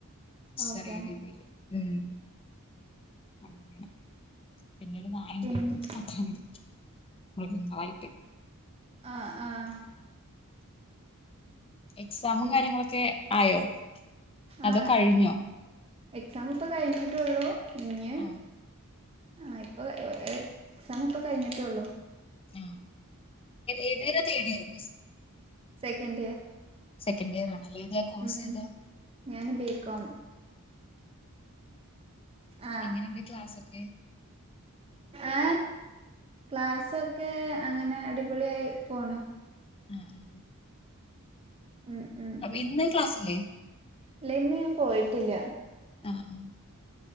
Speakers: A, on the left; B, on the right.
A: ചെറിയ
B: ഓക്കെ
A: രീതിയില് ഉം അങ്ങനെ പിന്നെ ഒരു നായണ്ട്
B: പിന്നെ
A: അച്ച്ചന് മൃഗങ്ങളായിട്ട്
B: ആഹ് ആഹ്
A: എക്സാമും
B: പി-
A: കാര്യങ്ങളൊക്കെ ആയോ അതോ
B: ആ
A: കഴിഞ്ഞോ
B: എക്സാം ഇപ്പൊ കഴിഞ്ഞിട്ടള്ളൂ ഇഞ്
A: ആഹ്
B: ആ ഇപ്പൊ എക്സാം പ്പൊ കഴിഞ്ഞിട്ടേള്ളോ
A: ആ ഏത തേടിയരുന്നു
B: സെക്കൻ് ഇയർ
A: സെക്കൻഡ് ഇയർ ആണല്ലേ ഏതാ കോഴ്സ്
B: ഉം
A: ഏതാ
B: ഉം ഞാൻ ബികോം ആ
A: എങ്ങനെുണ്ട് ക്ലാസ്ക്കെ
B: ആ ക്ലാസ്സൊക്കെ അങ്ങനെ അടിപൊളിയായി പോണോ
A: ആഹ ഉഹ
B: ഉം ഉം
A: അപ്പ ഇന്ന ക്ലാസ്ല്ലേ
B: ഇല്ല ന്ന് ഞാൻ പോയിട്ടില്ല
A: ആ ആ